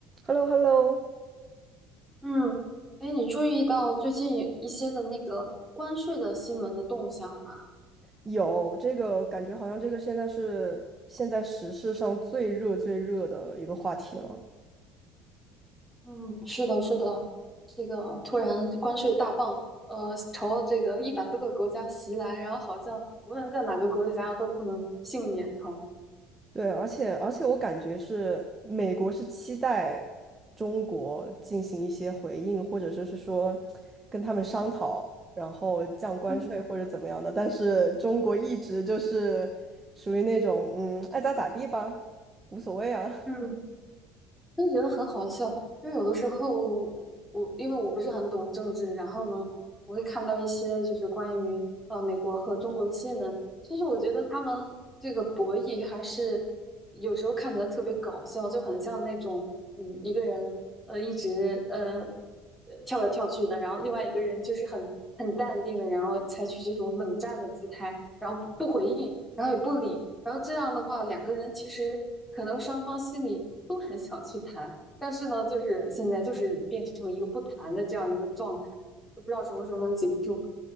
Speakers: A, on the right; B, in the centre.
A: h e l l o h e l l o
B: 嗯，哎，你注意到最近一些的那个关税的新闻的动向吗？
A: 有这个感觉，好像这个现在是现在时事上最热最热的一个话题了。
B: 嗯，是的，是的，这个突然关税大棒，呃，朝这个一百多个国家袭来，然后好像无论在哪个国家都不能幸免哈。
A: 对，而且而且我感觉是美国是期待中国进行一些回应，或者就是说跟他们商讨，然后降关税或者怎么样的，
B: 嗯
A: 但是中国一直就是属于那种嗯爱咋咋地吧，无所谓啊。<laughs>
B: 嗯，真的觉得很好笑，因为有的时候我因为我不是很懂政治，然后呢，我会看到一些就是关于呃美国和中国的新闻，其实我觉得他们这个博弈还是有时候看起来特别搞笑，就很像那种嗯一个人呃一直呃呃跳来跳去的，然后另外一个人就是很很淡定的，然后采取这种冷战的姿态，然后不不回应，然后也不理，然后这样的话，两个人其实可能双方心里都很想去谈，但是呢，就是现在就是变成了一个不谈的这样一个状态，就不知道什么时候能结束。